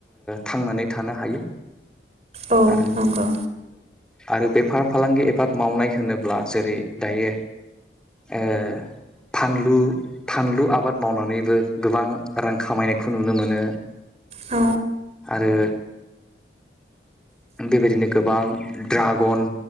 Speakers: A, in the centre; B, on the right.
A: थांनानै थानो हायो।
B: औ
A: आरो
B: नंगौ
A: आरो बे बेफार फालांगि एबा मावनाय होनोब्ला जेरै दायो ओ फानलु फानलु आबाद मावनानैबो गोबां रां खामायनायखौ नुनो मोनो।
B: औ
A: आरो बेबायदिनो गोबां ड्रागन